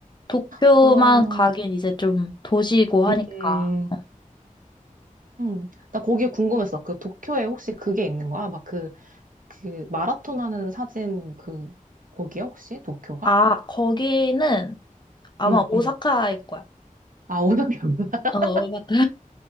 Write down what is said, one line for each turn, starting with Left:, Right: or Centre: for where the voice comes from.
Left: 도쿄만
Right: 그러면,
Left: 가긴 이제 좀 도시고 하니까.
Right: 음,
Left: 어.
Right: 음. 나 거기 궁금했어. 그 도쿄에 혹시 그게 있는 거야? 막 그, 그 마라톤 하는 사진 그, 거기야, 혹시? 도쿄가?
Left: 아 거기는 아마
Right: 응,
Left: 오사카일
Right: 응.
Left: 거야.
Right: 아, 오사카구나. <laughs>
Left: 응. 어, 맞다.